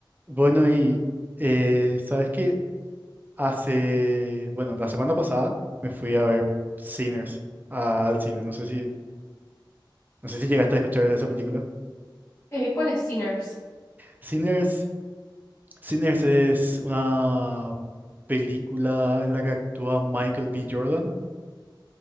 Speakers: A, on the right; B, on the left.
A: Bueno, y eh, sabes que hace, bueno, la semana pasada me fui a ver Sinners a- al cine. No sé si, no sé si llegaste a escuchar de esa película.
B: Eh, ¿cuál es Sinners?
A: Sinners, Sinners es una película en la que actúa Michael B. Jordan.